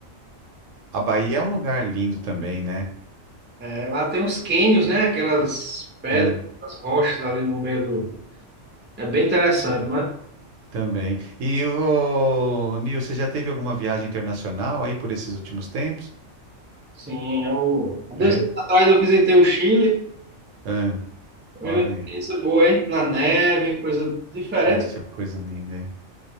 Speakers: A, on the right (about 75°); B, on the right (about 15°).
A: a Bahia é um lugar lindo também, né?
B: É, lá tem os cânions, né? Aquelas pedras,
A: Sim.
B: as rochas ali no meio do. É bem interessante, né?
A: Também. E o Nil, você já teve alguma viagem internacional aí por esses últimos tempos?
B: Sim, eu. Há Dois
A: É?
B: anos atrás eu visitei o Chile.
A: Ah,
B: Foi
A: olha,
B: uma experiência
A: aí.
B: boa, hein? Na neve, coisa diferente.
A: poxa, coisa linda, hein?